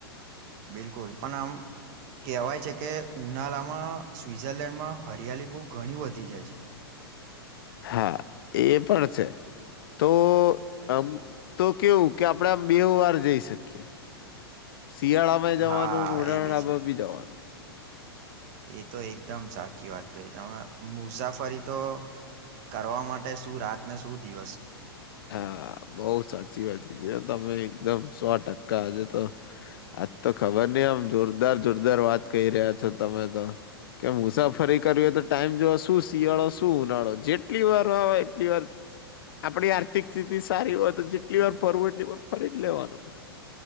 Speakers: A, on the right; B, on the left.
A: બિલકુલ પણ આમ કહેવાય છે કે ઉનાળામાં સ્વિઝરલેન્ડ માં હરિયાળલી બહુ ઘણી બધી થઈ જાય છે.
B: હા એ પણ છે. તો આમ તો કેવું કે આપણે આમ બે વાર જઈ શકીએ.
A: <inaudible>
B: શિયાળામાં
A: હા
B: જવાનું ઉનાળામાં
A: એ બી છે
B: ભી જવાનું.
A: એ તો એકદમ સાચી વાત કહી તમે મુસાફરી તો કરવા માટે શું રાતને શું દિવસ.
B: હા બઉ સાચી વાત કીધી તમે એકદમ સો ટકા આજે તો આજ તો ખબર નહી આમ જોરદાર જોરદાર વાત કહી રહ્યા છો તમે તો કે મુસાફરી કરવી. ટાઈમ જો શું શિયાળો શું ઉનાળો જેટલી વાર વા એટલી વાર આપડી આ ર્થિક સ્થિતિ સારી હોય તો જેટલી વાર ફરવું એટલી વાર ફરી જ લેવાનું